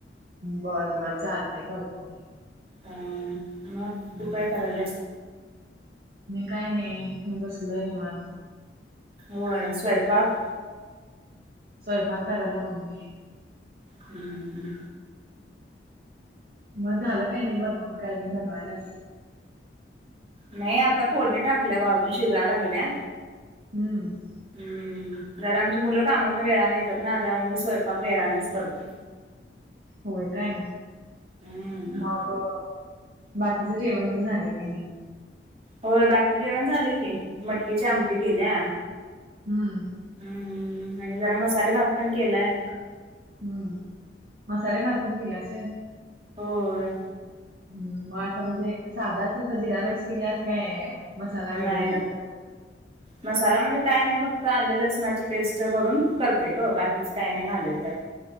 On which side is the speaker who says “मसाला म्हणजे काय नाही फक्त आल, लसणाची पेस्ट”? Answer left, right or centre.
Right